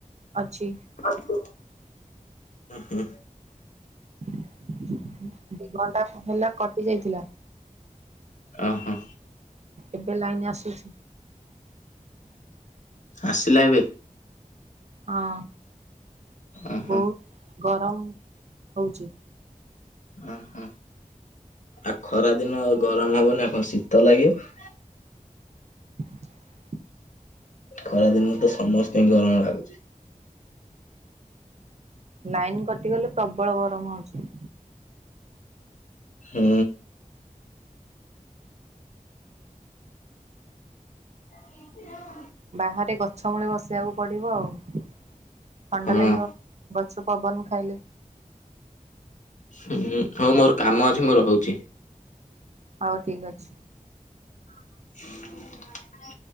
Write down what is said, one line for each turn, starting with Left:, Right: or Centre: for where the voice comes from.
Right: ଅଛି।
Left: ଆପ୍ ହୁଁ ହୁଁ।।
Right: ଦି ଘଣ୍ଟା ହେଲା କଟି ଯାଇଥିଲା।
Left: ଓ ହୋ।
Right: ଏବେ ଲାଇନ୍ ଆସୁଛି।
Left: ଆସିଲେ ଏବେ?
Right: ହଁ
Left: ଓହୋ
Right: ବହୁତ। ଗରମ ହଉଛି।
Left: ଓହୋ ଆଉ ଖରା ଦିନ ଗରମ ହବନି କଣ ଶୀତ ଲାଗିବ।
Right: ହ।
Left: ଖରାଦିନରେ ତ ସମସ୍ତେ ହିଁ ଗରମ ଲାଗୁଛି।
Right: ଲାଇନ କଟିଗଲେ ପ୍ରବଳ ଗରମ ହଉଛି।
Left: ହୁଁ। <inaudible>
Right: ବାହାରେ ଗଛ ମୂଳେ ବସି‌ ସେଇଆକୁ ପଡିବ ଆଉ ଥଣ୍ଡା
Left: ହଁ।
Right: ଲାଗିବ ଗଛ ପବନ ଖାଇଲେ।
Left: ହୁଁ ହଉ ମୋର କାମ ଅଛି ମୁଁ ରହୁଛି।
Right: ହଉ ଠିକ୍ ଅଛି।
Left: <inaudible>